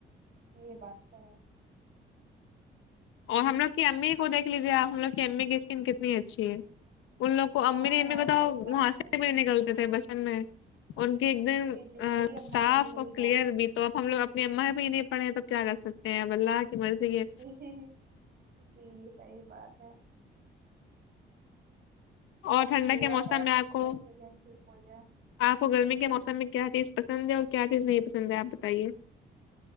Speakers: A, on the right; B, on the left.
A: یہ بات تو ہے
B: اور ہم لوگ کی امی کو دیکھ لیجیے آپ ہم لوگ کی امی کی اسکن کتنی اچھی ہے ان لوگ کو امی
A: ہاں
B: نے امی
A: ہاں
B: بتاؤ
A: صحیح بات
B: مہاسے
A: ہے
B: بھی نکلتے تھے بچپن میں ان کے ایک دم
A: جی جی میری اما
B: صاف
A: کا بھی یہی
B: اور کلیئر
A: حال
B: بھی تو ہم لوگ اپنی اماں ہی پہ نہیں پڑھے ہیں تو کیا کر سکتے ہیں اب الله کی مرضی کے
A: ج جی صحیح بات ہے
B: اور
A: بس
B: ٹھنڈا
A: دعا
B: کے موسم
A: ہے
B: میں آپ کو
A: جلد سے جلد ٹھیک ہو جائے
B: آپ کو گرمی کے موسم میں کیا چیز پسند ہے اور کیا چیز نہیں پسند ہے آپ بتائیے